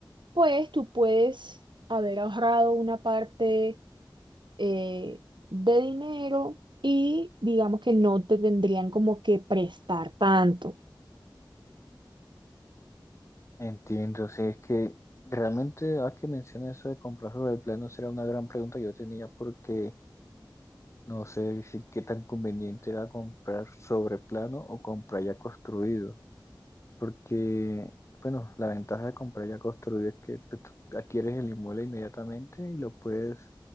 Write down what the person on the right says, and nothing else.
pues tú puedes haber ahorrado una parte eh, de dinero y digamos que no te tendrían como que prestar tanto.